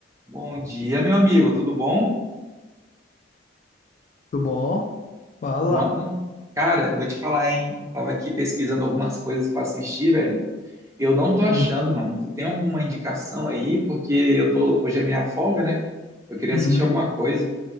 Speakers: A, on the right; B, on the left.
A: Bom dia, meu amigo, tudo bom?
B: Tudo bom? Fala.
A: Mano, cara, eu vou te falar, hein? Eu tava aqui pesquisando algumas coisas pra assistir, velho. Eu não tô achando,
B: Hum,
A: mano. Tu tem alguma indicação aí? Porque eu tô, hoje é minha folga, né? Eu queria
B: uhum.
A: assistir alguma coisa.